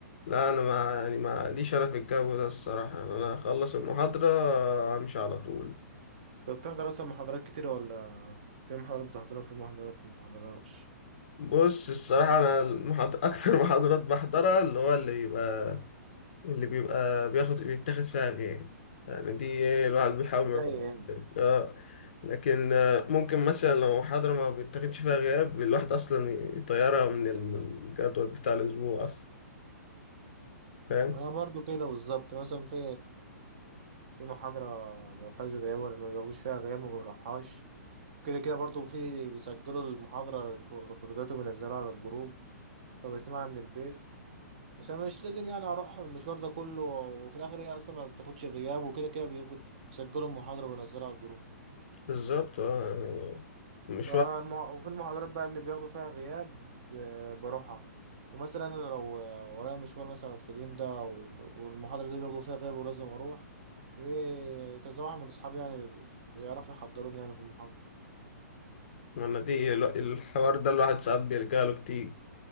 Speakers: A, on the left (about 40°); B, on the right (about 35°).
A: لا انا ما يعني ما ليش انا في الجو ده الصراحة يعني انا اخلص المحاضرة امشي على طول
B: طب بتحضر اصلا محاضرات كتير ولا في محاضرات بتحضرها وفي محاضرات ما بتحضرهاش
A: بص الصراحة انا المحاضرة <laughs> اكتر محاضرات بحضرها اللي هو اللي بيبقى اللي بيبقى بياخد بيتاخد فيها غير يعني دي الواحد بيحاول ما
B: زي يعني
A: يفكرش. اه لكن آه، ممكن مثلا لو محاضرة ما بيتاخدش فيها غياب الواحد أصلا يطيرها من الجدول بتاع الأسبوع أصلا فاهم
B: انا برضو كده بالظبط مثلا في في محاضره ما فيهاش غياب ولا ما بياخدوش فيها غياب ما بروحهاش وكده كده برضو في بيسجلوا المحاضره ريكوردات وبينزلوها على الجروب فبسمعها من البيت عشان مش لازم يعني اروح المشوار ده كله وفي الاخر هي اصلا ما بتاخدش غياب وكده كده بياخدوا- بيسجلوا المحاضره وينزلوها على الجروب
A: بالظبط اه يعني مش
B: فالمع-
A: واحد
B: وفي المحاضرات بقى اللي بياخدوا فيها غياب آه، بروحها ومثلا انا لو آه، ورايا مشوار مثلا في اليوم ده و- والمحاضرة دي بياخدوا فيها غياب ولازم اروح في كذا واحد من اصحابي يعني بيعرفوا يحضروني يعني في المحاضرة
A: أنا دي الو- الحوار ده الواحد ساعات بيلجأ له كتير